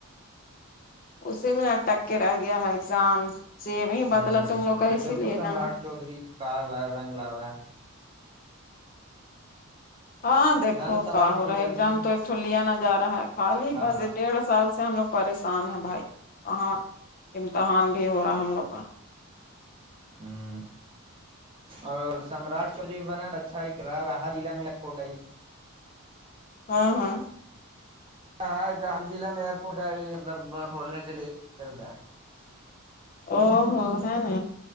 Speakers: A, on the left (about 40°); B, on the right (about 25°).
A: اسی میں اٹک کے رہ گیا ہے ایگزام سی میں ہی بدلا
B: ہ
A: تم لوگ کا
B: اب
A: اسی
B: دیکھو
A: لیے
B: سمراٹ
A: نا
B: چودھری کار رنگ لاوا
A: ہاں دیکھو
B: نہ تو سمراٹ
A: کا ہو
B: کی
A: رہا ہے ایگزام تو اکچال لیا نہ جا رہا ہے خالی
B: ہاں
A: بس
B: ہاں
A: ڈیڑھ سال سے ہم لوگ پریشان ہیں بھائی وہاں امتحان نہیں ہو رہا ہے ہم لوگ کا
B: ہوں اور سمراٹ چوری بنا اچھا ہی کرا وہا جیلع میں ایئرپورٹ آئ
A: ہاں ہاں
B: ہاں ہارضلع میں ایئرپورٹ ائی مطلب کھولنے کے لیے کردہ
A: او ہو ہے نا